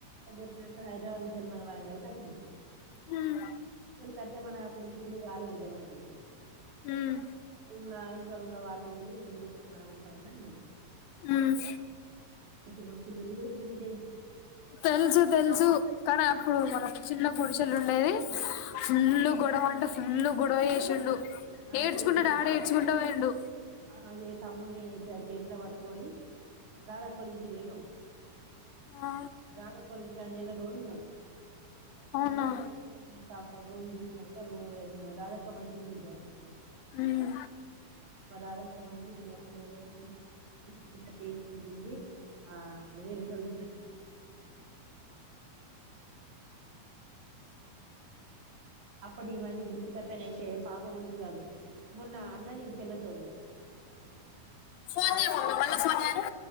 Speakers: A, on the right; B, on the left.
A: గొట్నంతా <unintelligible> వరంగల్ కి వచ్చినం.
B: హ్మ్
A: సట్ట మన అప్పుడు ఇల్లు కాలే బిడా మనకి
B: హ్మ్
A: <unintelligible> దో రూమ్ లో వాళ్ళుండేది ముందు రూమ్ లో మనం ఉంటామని నేన్
B: ఉమ్
A: మస్తు లోలి చసిరు బిడా
B: తెలుసు తెలుసు కానీ అప్పుడు మనం చిన్న గుడిస్ చెల్లుండేది
A: ఆ
B: ఫుల్లు గొడవ అంట పుల్లు గొడవ చేేసిండు
A: ఆ ఆ
B: ఏడ్చుకుంట
A: చేసిండు
B: డాడీ ఏడ్చుకుంట పోయిండు
A: ఆ తమ్మున్ని చే చేతిలో పట్టుకొని రాధొక్క వాళ్ళింటికి పొయినం
B: ఆ
A: గాల్ వోళ్ళ ఇంటి కాడ నెల రోజులున్నామ్.
B: అవునా
A: ఉందంటె <inaudible> రూమ్ చూసినాక రూమ్ లో <unintelligible> అక్క మంచిది బిడ్డా
B: హ్మ్
A: మా రాదక్క మంచిది అప్పుడు నెలకు తీస్కుంటా చేసుకుంటుండి ఆ వేరేటోళ్లు <inaudible> అప్పటి ఇవన్నీ గుర్తుకట్టన అయితే పాపమనబుద్ది కాదు మొన్న అన్నని చెల్లెల్తోని
B: ఫోన్ చేయి మమ్మీ మళ్ళ ఫోన్ చేయను